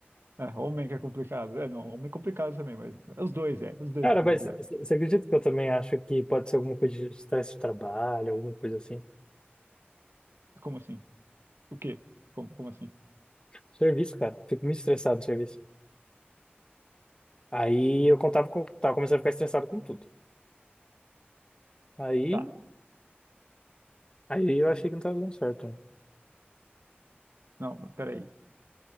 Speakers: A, on the right; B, on the left.
A: É, homem que é complicado. É, não, homem é complicado também, mas é os dois é, os dois
B: Cara,
A: é complicado.
B: mas você você acredita que eu também acho que pode ser alguma coisa de estresse de trabalho, alguma coisa assim?
A: Como assim? O quê? Como, como assim?
B: Serviço, cara. Fico muito estressado no serviço. Aí eu contava com, tava começando a ficar estressado com tudo. Aí,
A: Tá.
B: aí eu achei que não tava dando certo, né?
A: Não, mas peraí.